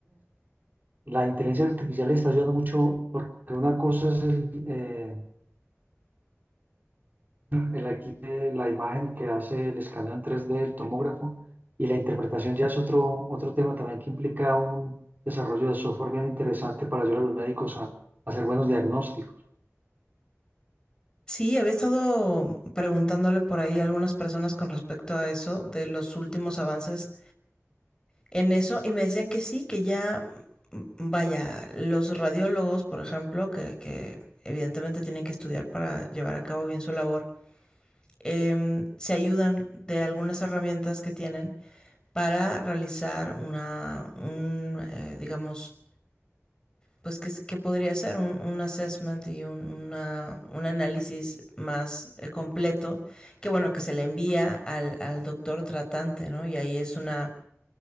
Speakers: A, on the right; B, on the left.
A: la inteligencia artificial le está ayudando mucho porque una cosa es el, eh, el aquí de la imagen que hace el escaneo en 3D, el tomógrafo, y la interpretación ya es otro, otro tema también que implica un desarrollo de software bien interesante para ayudar a los médicos a, a hacer buenos diagnósticos.
B: Sí, había estado preguntándole por ahí a algunas personas con respecto a eso, de los últimos avances en eso, y me decían que sí, que ya, vaya, los radiólogos, por ejemplo, que, que evidentemente tienen que estudiar para llevar a cabo bien su labor, eh, se ayudan de algunas herramientas que tienen para realizar una, un, eh, digamos, pues que, que, podría ser un, un assessment y un, una, un análisis más eh, completo, que bueno, que se le envía al, al doctor tratante, ¿no? Y ahí es una,